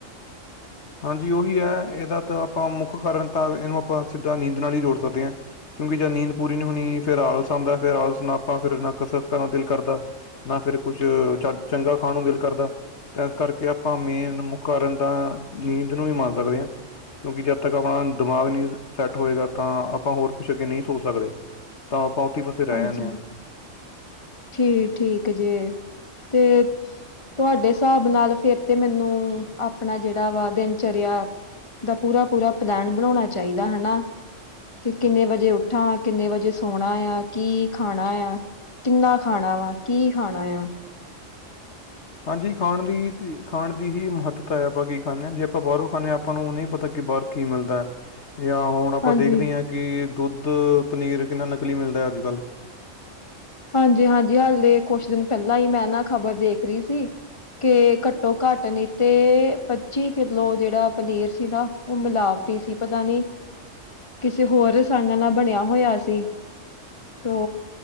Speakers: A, on the left; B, on the left.
A: ਹਾਂਜੀ ਉਹੀ ਹੈ ।ਇਹਦਾ ਤਾਂ ਆਪਾਂ ਮੁੱਖ ਕਾਰਨ ਤਾਂ ਇਹਨੂੰ ਆਪਾਂ ਸਿੱਧਾ ਨੀਂਦ ਨਾਲ ਹੀ ਜੋੜ ਸਕਦੇ ਹਾਂ। ਕਿਉਂਕਿ ਜਦ ਨੀਂਦ ਪੂਰੀ ਨੀ ਹੋਣੀ ਫਿਰ ਆਲਸ ਆਂਦਾ ਫਿਰ ਆਲਸ ਨਾ ਆਪਾਂ ਫਿਰ ਨਾ ਕਸਰਤ ਕਰਨ ਦਿਲ ਕਰਦਾ। ਨਾ ਫਿਰ ਫ ਕੁਛ ਚਗ ਚੰਗਾ ਖਾਣ ਨੂੰ ਦਿਲ ਕਰਦਾ ਤਾਂ ਇਸ ਕਰਕੇ ਆਪਾਂ ਮੇਨ ਮੁੱਖ ਕਾਰਨ ਤਾਂ ਨੀਂਦ ਨੂੰ ਈ ਮਨ ਸਕਦੇ ਹਾਂ। ਕਿਉਂਕਿ ਜਦ ਤੱਕ ਆਪਣਾ ਦਿਮਾਗ ਨਹੀਂ ਸੈੱਟ ਹੋਏਗਾ ਤਾਂ ਆਪਾਂ ਹੋਰ ਕੁਛ ਅੱਗੇ ਨਹੀਂ ਸੋਚ ਸਕਦੇ। ਤਾਂ ਆਪਾਂ ਉੱਥੇ ਫਸੇ ਰਹਿ
B: ਹਾਂਜੀ
A: ਜਾਂਦੇ ਹਾਂ।
B: ਠੀਕ- ਠੀਕ ਜੇ ਤੇ ਤੁਹਾਡੇ ਸਾਬ ਨਾਲ ਫੇਰ ਤੇ ਮੈਨੂੰ ਆਪਣਾ ਜਿਹੜਾ ਵਾ ਦਿਨਚਰਿਆ ਦਾ ਪੂਰਾ- ਪੂਰਾ ਪਲੈਨ ਬਣਾਉਣਾ ਚਾਹੀਦਾ ਹਨਾ। ਕਿ ਕਿੰਨੇ ਵਜੇ ਉੱਠਾ, ਕਿੰਨੇ ਵਜੇ ਸੋਣਾ ਆ। ਕੀ ਖਾਣਾ ਐ, ਕਿੰਨਾ ਖਾਣਾ ਵਾ, ਕੀ ਖਾਣਾ ਆ।
A: ਹਾਂਜੀ ਖਾਣ ਦੀ ਤੀ ਖਾਣ ਦੀ ਹੀ ਮਹੱਤਤਾ ਹੈ ਆਪਾਂ ਕੀ ਖਾਂਨੇ ਆ ਜੇ ਆਪਾਂ ਬਾਹਰੋਂ ਖਾਂਨੇ ਆ ਆਪਾਂ ਨੂੰ ਨਹੀਂ ਪਤਾ ਕਿ ਕਿ ਬਾਹਰ ਕੀ ਮਿਲਦੈ ਯਾ ਹੁਣ ਆਪਾਂ
B: ਹਾਂਜੀ
A: ਦੇਖਦੇ ਹਾਂ ਕਿ ਦੁੱਧ, ਪਨੀਰ ਕਿੰਨਾ ਨਕਲੀ ਮਿਲਦਾ ਅੱਜ ਕਲ।
B: ਹਾਂਜੀ- ਹਾਂਜੀ ਹਾਲੇ ਕੁਛ ਦਿਨ ਪਹਿਲਾਂ ਹੀ ਮੈਂ ਨਾ ਖ਼ਬਰ ਦੇਖ ਰਹੀ ਸੀ ਕੇ ਘੱਟੋ- ਘੱਟ ਨੀ ਤੇ ਪੱਚੀ ਕਿਲੋ ਜਿਹੜਾ ਪਨੀਰ ਸੀ ਨਾ ਉਹ ਮਿਲਾਵਟੀ ਸੀ ਪਤਾ ਨੀ ਕਿਸੇ ਹੋਰ ਰਸਾਇਣਾ ਨਾਲ ਬਣਿਆ ਹੋਇਆ ਸੀ ਤੋ